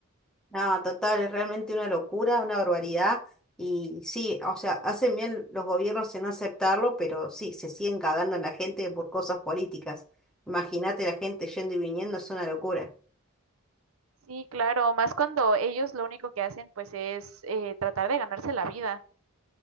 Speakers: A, in the centre; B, on the right (about 65°).
A: No, total, es realmente una locura, una barbaridad. Y sí, o sea, hacen bien los gobiernos en no aceptarlo, pero sí, se siguen cagando en la gente por cosas políticas. Imagínate la gente yendo y viniendo, es una locura.
B: Sí, claro, más cuando ellos lo único que hacen pues es eh, tratar de ganarse la vida.